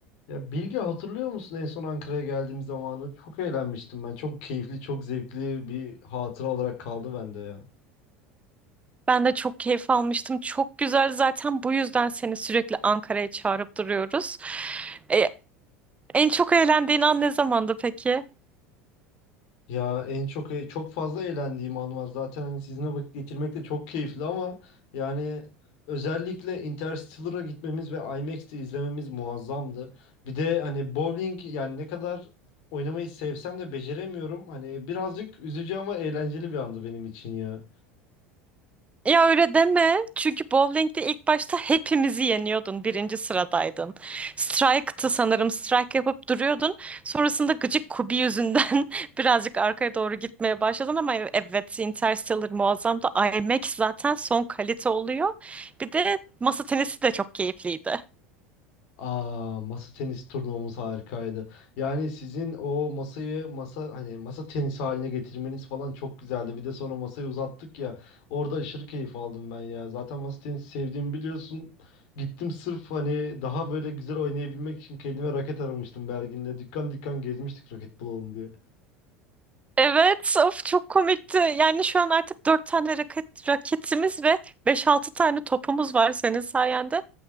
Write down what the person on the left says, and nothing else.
Ya Bilge hatırlıyor musun en son Ankara'ya geldiğim zamanı? Çok eğlenmiştim ben. Çok keyifli, çok zevkli bir hatıra olarak kaldı bende ya.
Ya en çok çok fazla eğlendiğim an var. Zaten hani sizinle vakit geçirmek de çok keyifli ama yani özellikle Interstellar'a gitmemiz ve IMAX'te izlememiz muazzamdı. Bir de hani bowling yani ne kadar oynamayı sevsem de beceremiyorum. Hani birazcık üzücü ama eğlenceli bir andı benim için ya.
Aa, masa tenis turnuvamız harikaydı. Yani sizin o masayı masa hani masa tenisi haline getirmeniz falan çok güzeldi. Bir de sonra masayı uzattık ya. Orada aşırı keyif aldım ben ya. Zaten masa tenisi sevdiğimi biliyorsun. Gittim sırf hani daha böyle güzel oynayabilmek için kendime raket aramıştım Belgin'le. Dükkan dükkan gezmiştik raket bulalım diye.